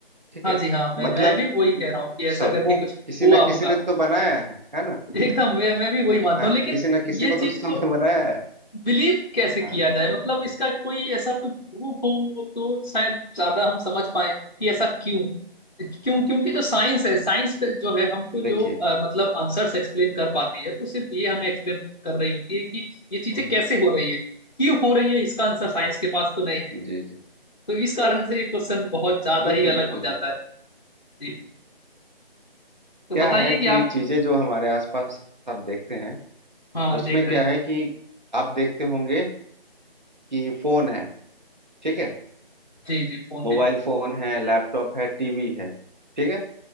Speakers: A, on the right; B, on the left.
A: ठीक
B: हाँ
A: है
B: जी हाँ मैं
A: मतलब
B: मैं भी वही कह रहा हूँ कि ऐसा
A: सबको
B: करके कुछ
A: किसी
B: हुआ
A: न
B: होगा
A: किसी ने तो बनाया है है ना
B: एकदम मैं मैं भी वही मानता
A: हाँ
B: हूँ लेकिन
A: किसी न किसी
B: ये
A: को
B: चीज
A: तो सबने
B: को
A: बनाया है
B: बिलीव कैसे
A: हाँ
B: किया जाए मतलब इसका कोई ऐसा कोई प्रूफ हो तो शायद ज्यादा हम समझ पाए कि ऐसा क्यों क्यों क्योंकि जो साइंस है साइंस का जो है हमको जो
A: देखिए
B: अ, मतलब आंसर्स एक्सप्लेन कर पाती है वो सिर्फ ये हमें एक्सप्लेन कर रही होती है कि ये
A: हम्म,
B: चीजें
A: हम्म,
B: कैसे हो रही है क्यों हो रही है इसका आंसर साइंस के पास तो नहीं है
A: जी जी
B: तो इस कारण से ये क्वेश्चन बहुत ज्यादा
A: बिल्कुल
B: ही अलग
A: बिल्कुल
B: हो जाता
A: बिल्कुल
B: है जी तो
A: क्या
B: बताइए
A: है कि
B: कि आप
A: चीजें जो हमारे आसपास आप देखते हैं
B: हाँ
A: उसमें
B: देख रहे
A: क्या
B: हैं
A: है कि आप देखते होंगे कि फोन है ठीक है
B: जी जी फोन
A: मोबाइल
B: है
A: फोन है लैपटॉप है टीवी है ठीक है